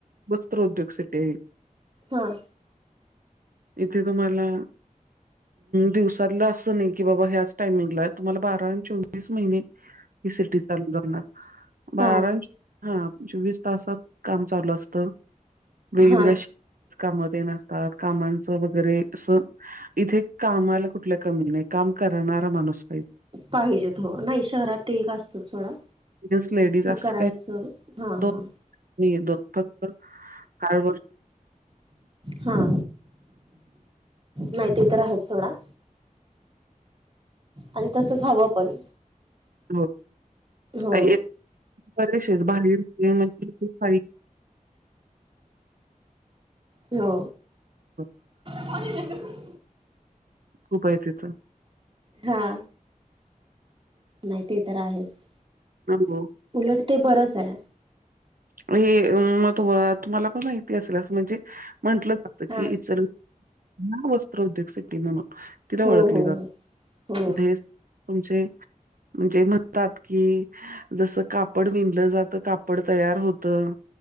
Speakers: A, on the right; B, on the right.
A: वस्त्रोद्योग सिटिय ही.
B: हम्म.
A: इथे तुम्हाला दिवसातलं असं नाही की बाबा ह्याच टायमिंगला तुम्हाला बारा आणि चोवीस महिने ही सिटी चालू राहणार. बारा
B: हा
A: हा चोवीस तासात काम चालू असत. वेगवेगळ्या
B: हा
A: काम न ते असतात कामांचं वगैरे अस इथे कामाला कुठल्या कमी नाही काम करणारा माणूस पाहिजे.
B: पाहिजेत हो नाही शहरात ते एक असतंच सोडा.
A: मीन्स लेडीज
B: ती
A: असं
B: करायचं
A: काही
B: हा हा.
A: दोन <unintelligible> <unintelligible>
B: हां. माहिती तर आहेच सोडा. आणि तसच हवं पण.
A: हो
B: हो
A: <unintelligible>
B: हो.
A: <unintelligible>
B: <unintelligible>
A: खूप आहे तिथं
B: हा नाही ते तर आहेच
A: हो.
B: उलट ते बरंच हाय
A: म हे म तू तूम्हाला पण माहिती असल म्हणजे म्हंटलं म्हटलं
B: हा
A: की इचलकरांची वस्त्र उद्योग सिटी म्हणून तिला ओळखली
B: हो हो
A: जाते
B: हो हो
A: इथेच तुमचे म्हणजे म्हणतात की जस कापड विणलं जात कापड तयार होत होत